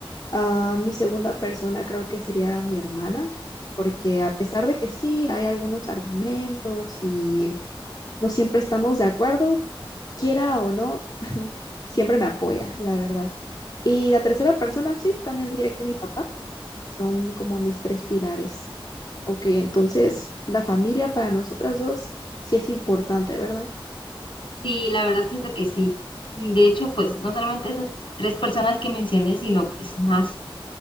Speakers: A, on the left (about 45°); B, on the left (about 65°).
A: Ah, mi segunda persona creo que sería mi hermana, porque a pesar de que sí, hay algunos argumentos y no siempre estamos de acuerdo, quiera o no, <laughs> siempre me apoya, la verdad. Y la tercera persona, sí, también diría que mi papá. Son como mis tres pilares. Ok, entonces la familia para nosotras dos sí es importante, ¿verdad?
B: Sí, la verdad siento que sí. De hecho, pues no solamente esas tres personas que mencioné, sino pues más.